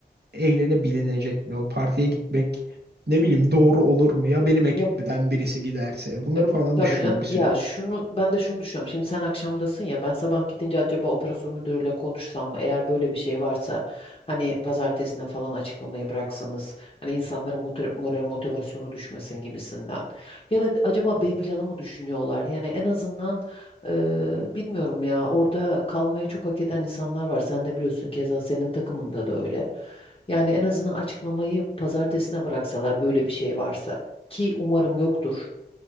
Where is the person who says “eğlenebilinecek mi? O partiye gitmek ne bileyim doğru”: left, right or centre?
Right